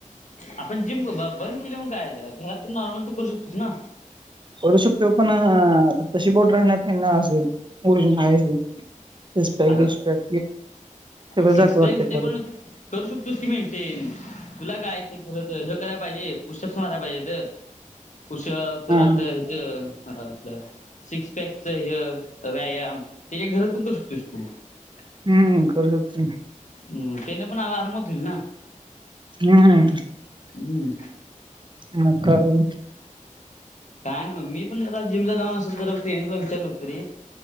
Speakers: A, on the left (about 65°); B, on the right (about 35°).
A: आपण जिम ब-बंद केली मग काय झालं घरात तर नॉर्मल तू करू शकतुसना.
B: करू शकतुय पण अ तशी बॉडी राहणार नाही ना, जशी ओरिजिनल हाय ती. तीस पॅक
A: अरे
B: दिस पॅक जातोय
A: सिक्स
B: वाटतं
A: पॅक
B: परत
A: ते
B: सगळं.
A: पण करू शकतोस की मेंटेन, तुला काय आहे ते परत हे कराय पाहिजे पुषप्स मारय पाहिजेेत. पूष परत
B: हा
A: ये चम घरातलं सिक्स पॅकच हय व्यायाम ते घरात पण करू शक तसपू <unintelligible>
B: हम्म. हम्म. करू शकतो मी.
A: म त्याने पण आ- आरामात हुईलना.
B: हम्म!
A: हम्म!
B: मग काय?
A: काय नाही बघ मी पण जरा जिमला असतं जरा ट्रेनरला विचारलं होतं रे!